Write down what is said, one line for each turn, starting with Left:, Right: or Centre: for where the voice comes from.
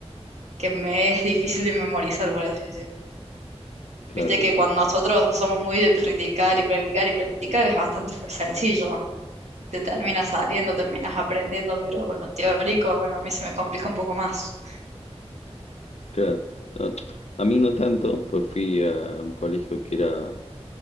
Right: que me es difícil de memorizar, por así decir.
Left: claro,
Right: Viste que
Left: decís.
Right: cuando nosotros somos muy de practicar y practicar y practicar es bastante sencillo. Te terminas saliendo, terminas aprendiendo, pero con lo teórico, bueno, a mí se me complica un poco más.
Left: claro. No, a mí no tanto, pues fui a un colegio que era